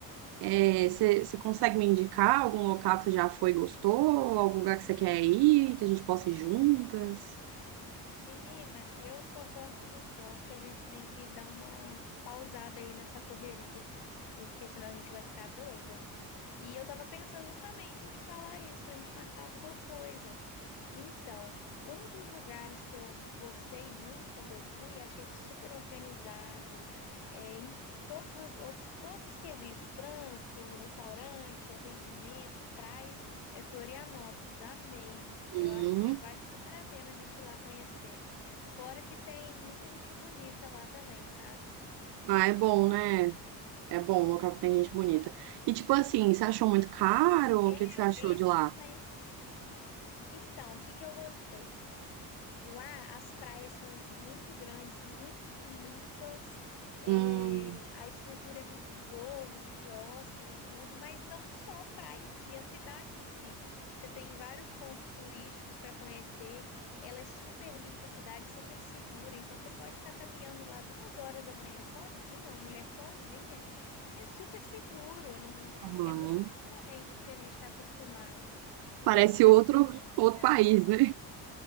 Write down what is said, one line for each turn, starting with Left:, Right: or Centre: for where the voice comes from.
Right: É, Você você consegue me indicar algum local que você já foi e gostou? Algum lugar que você quer ir, que a gente possa ir juntas?
Left: menina, eu concordo com você. Eu acho que a gente tem que dar uma pausada aí nessa correria, porque senão a gente vai ficar doida. E eu tava pensando justamente em te falar isso, pra gente marcar alguma coisa. Então, um dos lugares que eu gostei muito quando eu fui, achei super organizado, é, em todos os outros, todos os quesitos, trânsito, restaurante, atendimento, praia, é Florianópolis, amei.
Right: Hum,
Left: Eu acho que vale super a pena a gente ir lá conhecer. Fora que tem muita gente bonita lá também, sabe?
Right: Ah, é bom, né? É bom, um local que tem gente bonita. E tipo assim, você achou muito caro? O que
Left: É
Right: que você achou de
Left: excelente.
Right: lá?
Left: Então, o que que eu gostei? Lá as praias são muito grandes, muito limpas, eh,
Right: Hum,
Left: a estrutura é muito boa, os quiosques e tudo, mas não só a praia em si, a cidade em si. Você tem vários pontos turísticos para conhecer, ela é super limpa, a cidade super segura, então você pode estar caminhando lá duas horas da manhã sozinha, uma mulher sozinha, que é super seguro, não...
Right: tá bom.
Left: é muito diferente do que a gente está acostumada. Então,
Right: Parece
Left: assim, acho
Right: outro
Left: que vale super
Right: outro país,
Left: a pena.
Right: né?